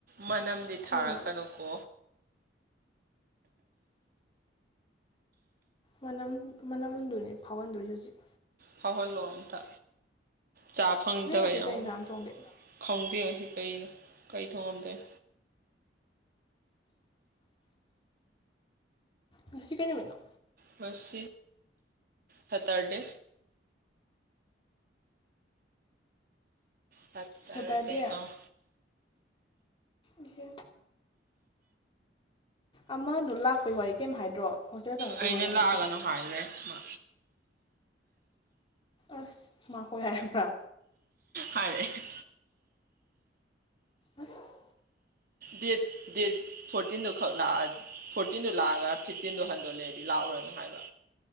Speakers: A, on the right; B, on the left.
A: ꯃꯅꯝꯗꯤ
B: ꯊꯤꯟꯅꯕ
A: ꯊꯥꯔꯛꯀꯅꯨꯀꯣ꯫
B: ꯃꯅꯝ ꯃꯅꯝꯗꯨꯅꯤ ꯐꯥꯎꯍꯟꯗꯣꯏꯁꯤ ꯍꯧꯖꯤꯛ꯫
A: ꯐꯥꯎꯍꯜꯂꯣ ꯑꯝꯇ ꯆꯥ ꯐꯪꯗꯕ
B: ꯅꯣꯏ ꯉꯁꯤ
A: ꯌꯥꯎꯉꯣ
B: ꯀꯩ ꯏꯟꯁꯥꯡ ꯊꯣꯡꯒꯦ
A: ꯈꯪꯗꯦ ꯉꯁꯤ ꯀꯔꯤꯅꯣ ꯀꯩ ꯊꯣꯡꯉꯝꯗꯣꯏ
B: ꯉꯁꯤ ꯀꯩ ꯅꯨꯃꯤꯠꯅꯣ꯫
A: ꯉꯁꯤ ꯁꯦꯠꯇꯔꯗꯦ ꯁꯦꯇꯔꯗꯦ
B: ꯁꯇꯔꯗꯦ
A: ꯑꯥ
B: ꯏꯍꯦ ꯑꯃꯗꯣ ꯂꯥꯛꯄꯩ ꯋꯥꯔꯤ ꯀꯩꯝ ꯍꯥꯏꯗ꯭ꯔꯣ꯫ ꯍꯣꯁꯇꯦꯜ ꯆꯪꯉꯛꯄꯩ
A: ꯑꯩꯅ
B: ꯋꯥꯔꯤ ꯍꯥꯏꯗ꯭ꯔꯣ
A: ꯂꯥꯛꯑꯒꯅꯣ ꯍꯥꯏꯒ꯭ꯔꯦ ꯃꯥ꯫
B: ꯑꯁ ꯃꯪꯍꯣꯏ ꯍꯥꯏꯔꯛꯄ꯭ꯔꯥ
A: ꯍꯥꯏꯔꯛꯑꯦ꯫
B: ꯑꯁ
A: ꯗꯦꯠ ꯗꯦꯠ ꯐꯣꯔꯇꯤꯟꯗꯨ ꯈꯛ ꯂꯥꯛꯑꯥ ꯐꯣꯔꯇꯤꯟꯗꯨ ꯂꯥꯛꯑꯒ ꯐꯤꯞꯇꯤꯟꯗꯣ ꯍꯟꯗꯣ ꯂꯩꯔꯗꯤ ꯂꯥꯛꯎꯔꯅꯨ ꯍꯥꯏꯕ